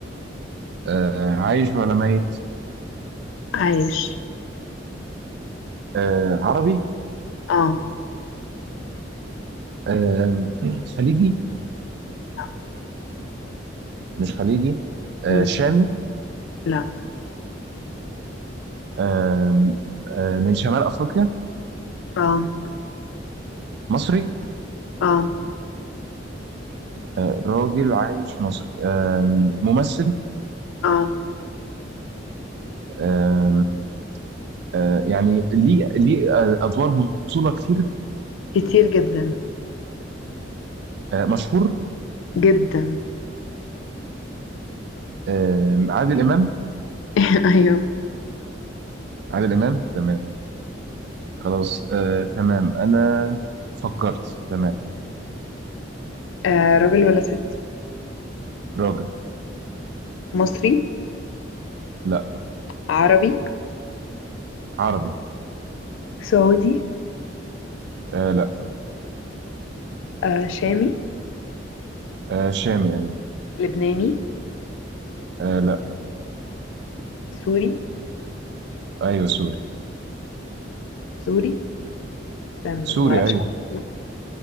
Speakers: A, on the right; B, on the left.
A: آه عايش ولا ميت
B: عايش
A: آه عربي
B: اه
A: آه <clears throat> خليجي
B: لا.
A: مش خليجي آه
B: مم.
A: شامي
B: لا
A: آه آه من شمال أفريقيا
B: آه.
A: مصري
B: اه
A: آه راجل عايش مصري آه ممثل
B: اه
A: آه آه يعني ليه ليه آه، أدوار بطولة كتير
B: كتير جدا
A: آه مشهور
B: جدا
A: آه عادل إمام
B: <laughs> ايوه
A: عادل إمام تمام خلاص آه تمام أنا فكرت تمام
B: آه راجل ولا ست
A: راجل
B: مصري
A: لا
B: عربي
A: عربي
B: سعودي
A: آه لا
B: آه شامي
A: آه شامي أيوه
B: لبناني
A: آه لا
B: سوري
A: أيوه سوري
B: سوري استنى
A: سوري
B: معرفش
A: أيوه
B: حد.